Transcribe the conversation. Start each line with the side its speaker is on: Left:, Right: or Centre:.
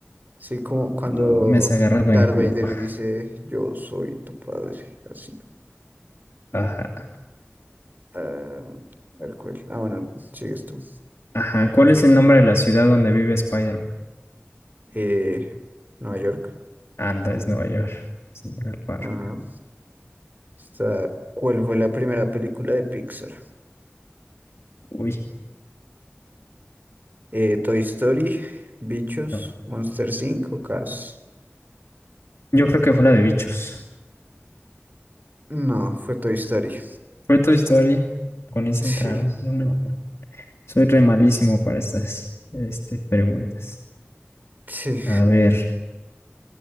Right: Sí, como cuando
Left: No, me has agarrado
Right: Darth
Left: en curva.
Right: Vader dice, yo soy tu padre, así.
Left: Ajá.
Right: Am, a ver, ¿cuál? Ah, bueno, sigues tú.
Left: Ajá. ¿Cuál es el nombre de la ciudad donde vive Spider-Man?
Right: Eh, Nueva York.
Left: Anda, es Nueva York. Central Park.
Right: Ajá. Está- ¿cuál fue la primera película de Pixar?
Left: Uy,
Right: Eh, Toy Story, Bichos,
Left: no.
Right: Monster Inc. o Cars.
Left: Yo creo que fue la de bichos.
Right: No, fue Toy Story.
Left: Fue Toy Story. Con esa
Right: Sí,
Left: entraron. No, no. Soy re malísimo para estas este, preguntas.
Right: sí.
Left: A ver,